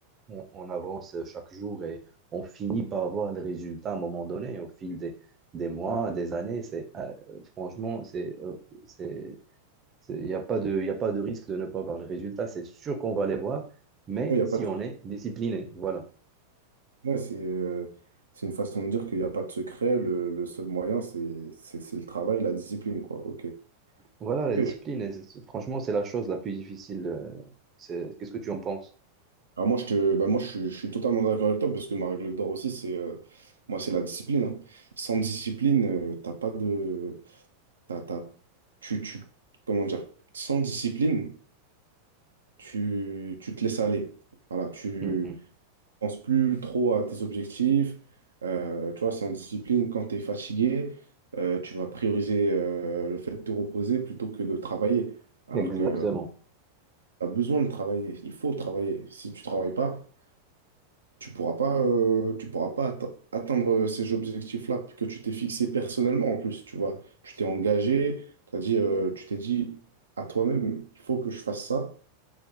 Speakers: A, on the right; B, on the right.
A: on, on avance chaque jour et on finit par avoir des résultats à un moment donné au fil des des mois, des années. C'est, euh, franchement, c'est, euh, c'est, il n'y a pas de, y a pas de risque de ne pas voir les résultats. C'est sûr qu'on va les voir, mais
B: Il y a
A: si
B: pas de...
A: on est discipliné, voilà.
B: ouais, c'est euh, c'est une façon de dire qu'il n'y a pas de secret. Le, le seul moyen, c'est c'est- c'est le travail, la discipline, quoi. OK.
A: Voilà,
B: Ok.
A: la discipline, et c'est- c'est- franchement, c'est la chose la plus difficile. euh, c'est- Qu'est-ce que tu en penses?
B: Alors moi, je te, bah moi, je, suis je suis totalement d'accord avec toi parce que ma règle d'or aussi, c'est euh, moi, c'est la discipline. hein. Sans discipline, euh, t'as pas de, t'as, t'as- tu, tu, comment dire, sans discipline, tu, tu te laisses aller. Voilà, tu
A: Mhm.
B: penses plus trop à tes objectifs. Euh, tu vois, sans discipline, quand tu es fatigué, euh, tu vas prioriser euh, le fait de te reposer plutôt que de travailler. Alors
A: Exactement.
B: que tu as besoin de travailler, il faut travailler. Si tu travailles pas, tu pourras pas, euh, tu pourras pas atte- atteindre ces objectifs-là que tu t'es fixé personnellement en plus. Tu vois, tu t'es engagé, t'as dit, euh, tu t'es dit à toi-même, il faut que je fasse ça.